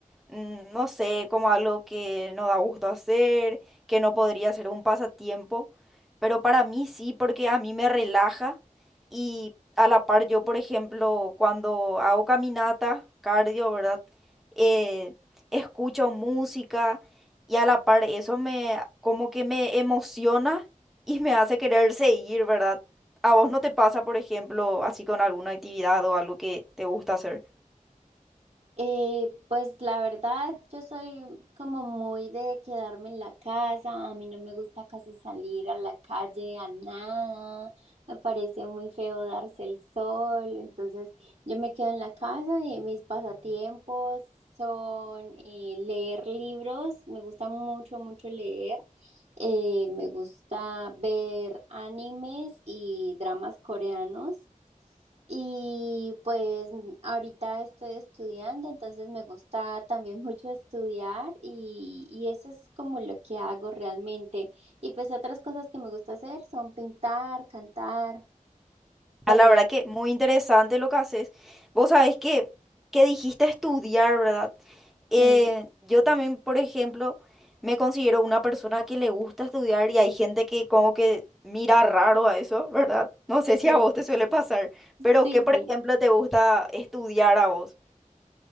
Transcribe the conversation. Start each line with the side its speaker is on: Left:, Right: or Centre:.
Centre: mm, no sé, como algo que no da gusto hacer, que no podría ser un pasatiempo, pero para mí sí, porque a mí me relaja y a la par yo, por ejemplo, cuando hago caminata, cardio, ¿verdad? Eh, escucho música y a la par eso me como que me emociona y me hace querer seguir, ¿verdad? ¿A vos no te pasa, por ejemplo, así con alguna actividad o algo que te gusta hacer?
Right: Eh, pues la verdad, yo soy como muy de quedarme en la casa, a mí no me gusta casi salir a la calle, a nada, me parece muy feo darse el sol, entonces yo me quedo en la casa y mis pasatiempos son eh, leer libros, me gusta mucho, mucho leer, eh, me gusta ver animes y dramas coreanos. Y pues mm, ahorita estoy estudiando, entonces me gusta también <laughs> mucho estudiar y, y eso es como lo que hago realmente. Y pues otras cosas que me gusta hacer son pintar, cantar, pero
Centre: Ah, la verdad que muy interesante lo que haces. Vos sabés que, que dijiste estudiar, ¿verdad? eh,
Right: mm,
Centre: yo también, por ejemplo, me considero una persona que le gusta estudiar y hay gente que como que mira raro a eso, ¿verdad? No sé si
Right: sí,
Centre: a vos te suele pasar, pero
Right: sí,
Centre: ¿qué, por ejemplo, te gusta estudiar a vos?